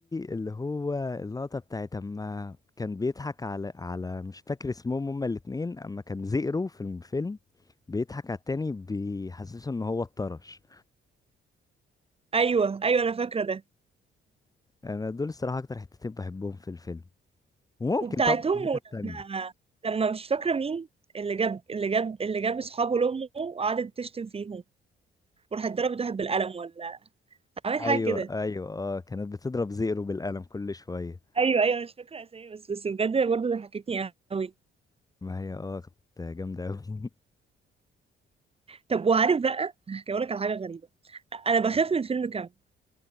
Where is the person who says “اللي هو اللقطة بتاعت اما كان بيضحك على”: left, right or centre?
Left